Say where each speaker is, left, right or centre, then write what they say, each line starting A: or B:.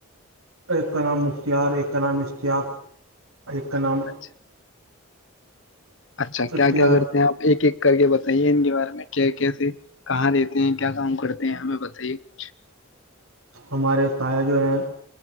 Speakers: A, on the right; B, on the left.
A: ایک کا نام مختیار ایک کا نام اشتیاق ایک نام
B: اچھا اچھا
A: اختیار
B: کیا کیا کرتے ہیں آپ ایک ایک کر کے بتائیے ان کے بارے میں کیا کیسے کہاں رہتے ہیں کیا کام کرتے ہیں ہمیں بتائیے کچھ
A: ہمارے تایا جو ہیں